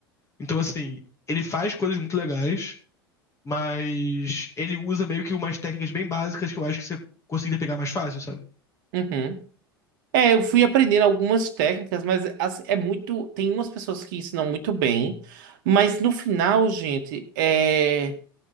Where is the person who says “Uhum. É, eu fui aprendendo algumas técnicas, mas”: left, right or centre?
Right